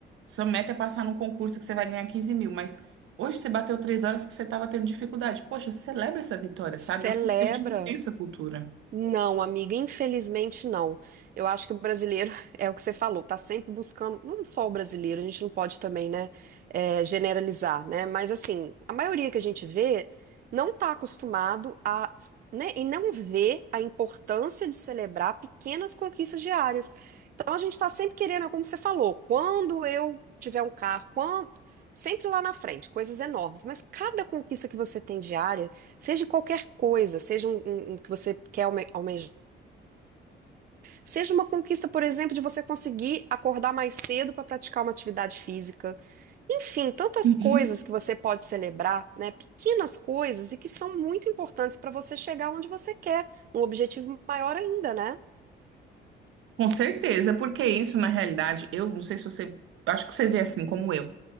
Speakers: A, on the right (about 80°); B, on the right (about 45°).
A: Sua meta é passar num concurso que você vai ganhar 15 mil, mas hoje você bateu três horas que você estava tendo dificuldade. Poxa, celebra essa vitória, sabe?
B: Celebra.
A: Eu sinto que a gente não tem essa cultura.
B: Não, amiga, infelizmente não. Eu acho que o brasileiro, <laughs> é o que você falou, tá sempre buscando, não só o brasileiro, a gente não pode também, né, eh, generalizar, né? Mas assim, a maioria que a gente vê não tá acostumado a, né, e não vê a importância de celebrar pequenas conquistas diárias. Então a gente tá sempre querendo, é como você falou, quando eu tiver um carro, quando... sempre lá na frente, coisas enormes, mas cada conquista que você tem diária Seja qualquer coisa, seja um, um- um que você quer alme- almejar. Seja uma conquista, por exemplo, de você conseguir acordar mais cedo para praticar uma atividade física. Enfim, tantas
A: Uhum.
B: coisas que você pode celebrar, né? Pequenas coisas e que são muito importantes para você chegar onde você quer, num objetivo maior ainda, né?
A: Com certeza, porque isso, na realidade, eu não sei se você, acho que você vê assim como eu,